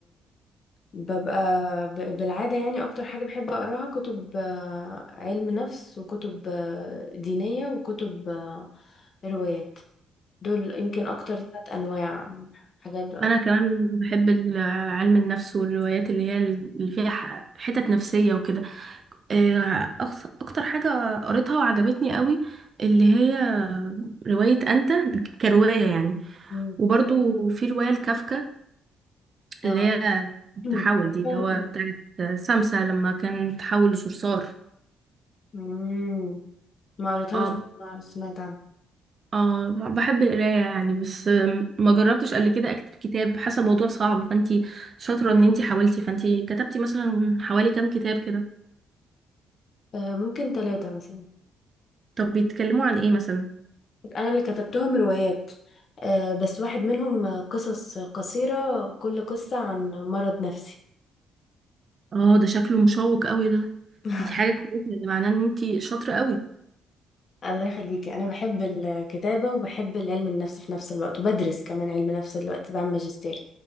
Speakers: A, on the left; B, on the right.
A: ببقى ب- بالعادة يعني أكتر حاجة بحب أقراها كتب آه، علم نفس وكتب آه، دينية وكتب آه، روايات دول يمكن أكتر ثلاث أنواع حاجات
B: انا كمان بحب ال- علم النفس والروايات اللي هي اللي فيها ح- حتت نفسية وكده آه، أكث- اكتر حاجة قريتها وعجبتني قوي اللي هي رواية انت كرواية يعني
A: مم.
B: وبرضو في رواية لكافكا
A: اه
B: اللي هي
A: <clears throat>
B: التحول
A: مم. عارفة؟
B: دي اللي هو بتاعت سمسة لما كان تحول لصرصار
A: مم. ما قريتهاش
B: اه
A: بس أنا سمعت عنها
B: اه بحب القراية يعني بس ما جربتش قبل كده اكتب كتاب حاسة الموضوع صعب فانتي شاطرة ان انتي حاولتي فانتي كتبتي مثلا حوالي كام كتاب كده
A: آه، ممكن ثلاثة مثلا
B: طب بيتكلموا عن ايه مثلا
A: أنا اللي كتبتهم روايات آه، بس واحد منهم قصص قصيرة كل قصة عن مرض نفسي
B: اه ده شكله مشوق قوي ده
A: <laughs>
B: دي حاجة كويسة ده معناه ان انتي شاطرة قوي
A: الله يخليكي انا بحب الكتابه وبحب العلم النفس في نفس الوقت وبدرس كمان علم نفس دلوقتي بعمل ماجستير